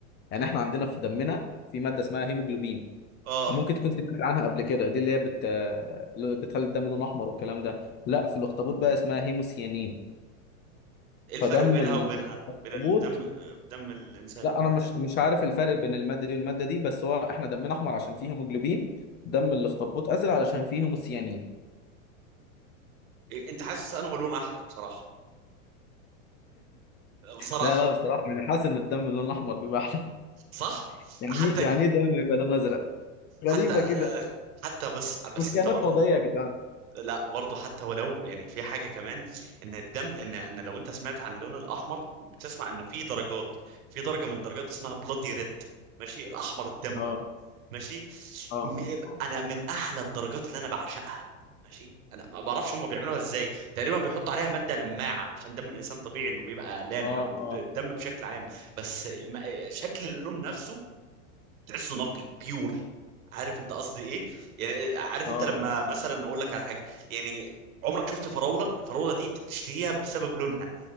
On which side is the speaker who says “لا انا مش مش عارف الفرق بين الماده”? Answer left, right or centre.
Left